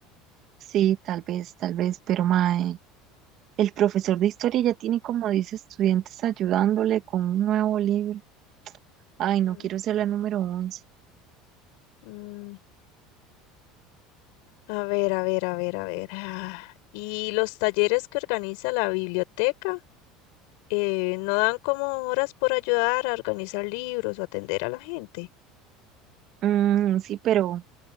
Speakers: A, on the right (about 45°); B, on the left (about 75°).
A: Sí, tal vez, tal vez, pero mae, el profesor de historia ya tiene como 10 estudiantes ayudándole con un nuevo libro. Ay, no
B: Mm,
A: quiero ser la número once
B: Mm, a ver, a ver, a ver, a ver. ah, Y los talleres que organiza la biblioteca, eh, ¿no dan como horas por ayudar a organizar libros o atender a la gente?
A: Mm, sí, pero,